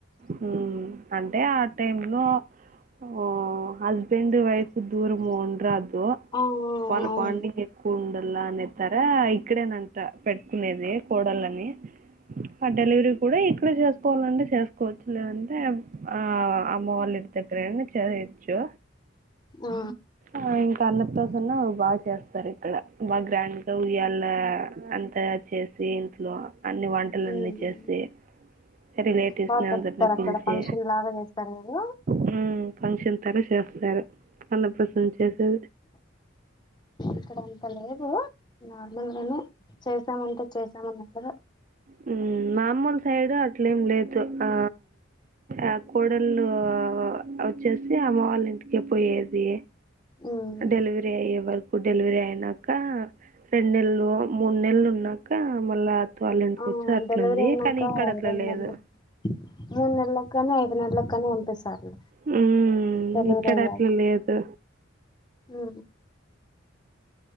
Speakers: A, on the right (about 40°); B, on the left (about 20°).
A: హు అంటే ఆ టైం లో ఓ హస్బెండ్ వైఫ్ దూరము ఉండ్రాదు ఓ
B: ఆ
A: వాళ్ళ
B: అవును
A: బాండింగ్ ఎక్కువ ఉండాల అనే ఎతారా ఇక్కడే న ట పెట్టుకునేది కోడళ్ళని ఆ డెలివరీ కూడా ఇక్కడ చేసుకోవాలంటే చేసుకోవచ్చు లేదంటే ఆ అమ్మ వాళ్ళు ఇంటిదగ్గర అయిన చేయొచ్చు
B: ఆ
A: ఆ ఇంకా అన్న ప్రసన్న బాగా చేస్తారు ఇక్కడ ఫ్రెంట్ ఉయ్యాల అంత చేసి ఇంట్లో అన్ని వంటలన్నీ
B: ఉమ్
A: చేసి రిలేటివ్స్నీ
B: బాగా జరుపుతారు
A: అందరినీ
B: అక్కడ
A: పిలిచి
B: ఫంక్షన్ లాగా చేస్తారు కదా
A: హు ఫంక్షన్ తర చేస్తారు అన్న ప్రసన్న చేసే
B: ఇక్కడ అంత లేదు నార్మల్గానె చేసామంటే చేసామన్నంటుగ
A: హు మామొలు సైడు అట్లేం లేదు ఆ ఆ కోడళ్లు వచ్చేసి అమ్మ వాళ్ళ ఇంటికే పోయేది
B: ఉమ్
A: డెలివరీ అయ్యే వర్ డెలివరీ అయినాక రెండు నెల్లు మూడు నెల్లు ఉన్నాక మళ్ళా వాళ్ళ ఇంటికి
B: ఆ
A: వచ్చి అట్లా
B: డెలివరీ
A: ఉంది
B: అయినాక
A: కానీ ఇక్కడ అట్లా
B: రెండు
A: లేదు
B: నెలలు మూడు నెల్లకు కానీ ఐదు నెల్లకు కానీ పంపిస్తారు
A: హ్మ్.
B: డెలివరీ
A: ఇక్కడ
B: అయ్యాకా
A: అట్లా లేదు.
B: హు